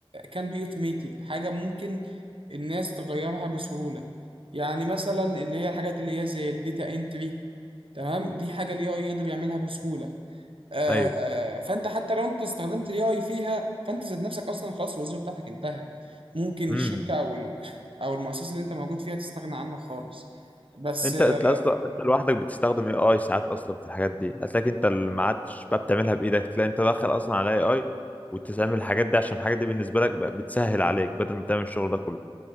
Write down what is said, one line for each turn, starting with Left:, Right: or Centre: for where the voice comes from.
Right: كان بي اوتوميتد حاجه ممكن الناس تغيرها بسهوله يعني مثلا اللي هي الحاجات اللي هي زي الداتا انتري تمام دي حاجه الاي اي يقدر يعملها بسهوله آه،
Left: ايوه
Right: آه، فانت حتى لو انت استخدمت الاي اي فيها فانت ذات نفسك اصلا خلاص الوظيفه بتاعتك انتهت ممكن
Left: امم
Right: الشركه او ال- او المؤسسه اللي انت موجود فيها تستغنى عنها خالص بس
Left: انت
Right: آه،
Left: انت اصلا انت لوحدك بتستخدم اي اي ساعات اصلا في الحاجات دي هتلاقيك انت اللي ما عادش بقى بتعملها بايدك تلاقي انت داخل اصلا على اي اي وتستعمل الحاجات دي عشان الحاجات دي بالنسبة لك بقى بتسهل عليك بدل ما تعمل الشغل ده كله